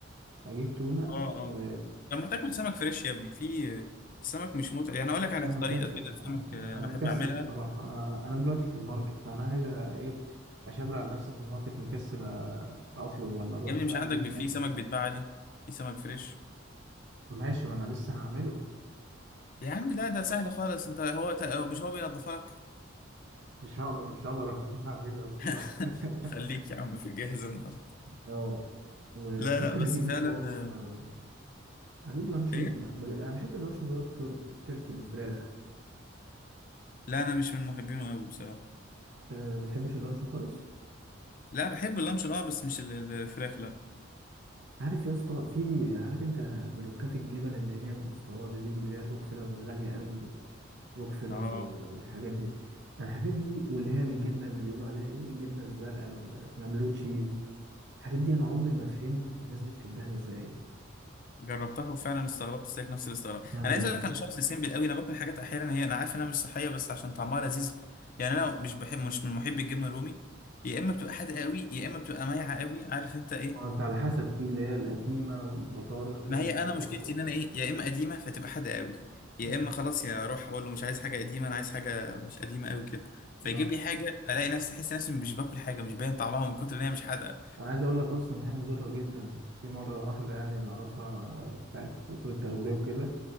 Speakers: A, on the right; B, on the left.
A: هجيب تونة
B: اه اه
A: و
B: لما تاكل سمك فريش يا ابني في السمك مش متعب
A: مع
B: يعني
A: السمك.
B: اقول لك على
A: انا
B: طريقه
A: مكسل
B: كده السمك
A: انا
B: آه،
A: أنا
B: بحب
A: مكسل
B: اعملها
A: بصراحة انا انا دلوقتي في الماركت فانا عايز ايه اشبر على نفسي في الماركت مكسل أ- اطلب ولا اروح
B: يا ابني مش
A: اجيب
B: عندك بي- في سمك بيتباع عادي في سمك فريش
A: ماشي ما انا لسه هعمله
B: يا عم لا ده سهل خالص انت هو ت... هو مش هو بينضفها لك
A: مش هقدر مش هقدر <laughs> اعمله يا اسطى لا
B: <laughs> خليك
A: <laughs>
B: يا عم في الجاهز النهارده
A: اه وممكن
B: لا لا بس
A: اجيب
B: فعلا
A: لي طبق
B: آه،
A: آه، اجيب لانشون
B: ايه
A: ب- انا بحب اللانشون اللي هو الترك التركي الفراخ
B: لا انا مش من محبينه قوي بصراحه
A: أه ما بتحبش اللانشون خالص
B: لا بحب اللانشون اه بس مش ال- الفراخ لا
A: عارف يا اسطى في عارف انت بلوكات الجبن اللي هي المستورده دي اللي هي الروكفيلر الغاليه قوي دي روكفيلر
B: اه
A: وال- والحاجات دي الحاجات دي واللي هي الجبنه اللي بيقولوا عليها ايه الجبنه الزرقاء ولا اسمها بلو تشيز الحاجات دي انا عمري ما فهمت الناس بتحبها ازاي
B: جربتها وفعلا استغربت زيك نفس الاستغراب
A: انا
B: انا عايز
A: ب...
B: اقول لك انا شخص سيمبل قوي انا باكل حاجات احيانا هي انا عارف انها مش صحيه بس عشان طعمها لذيذ يعني انا مش بحب مش من محبي الجبنه الرومي يا اما بتبقى حادقه قوي يا اما بتبقى مايعه قوي عارف انت ايه
A: ما انت على حسب في اللي هي القديمة والبطارخ
B: ما
A: والقصب
B: هي انا مشكلتي
A: و...
B: ان انا ايه يا اما قديمه فتبقى حاجه قوي يا
A: مم.
B: اما خلاص يا اروح اقول له مش عايز حاجه قديمه انا عايز حاجه مش قديمه قوي كده فيجيب
A: لا
B: لي حاجه الاقي نفسي احس نفسي مش باكل حاجه مش باين طعمها من كتر ان هي مش حادقه
A: انا عايز اقول لك اصلا ان هي مضرة جدا في مرة واحدة يعني نعرفها بتاعت دكتور التغذية وكده